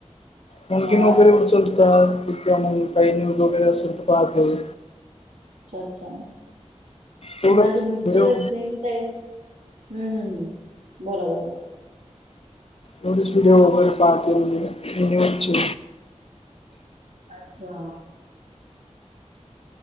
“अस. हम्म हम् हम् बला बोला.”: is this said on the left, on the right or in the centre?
Right